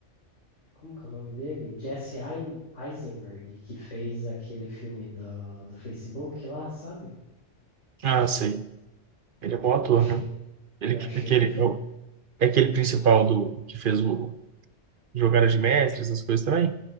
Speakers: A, on the left; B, on the right.
A: Como que é o nome dele? Jesse Ein- Eisenberg, que fez aquele filme do, do Facebook lá, sabe?
B: Ah, sei. Ele é bom ator,
A: Achei,
B: né? Ele,
A: eu achei
B: aquele,
A: que
B: é, o- é aquele principal do que fez o Jogada de Mestres, essas coisas também?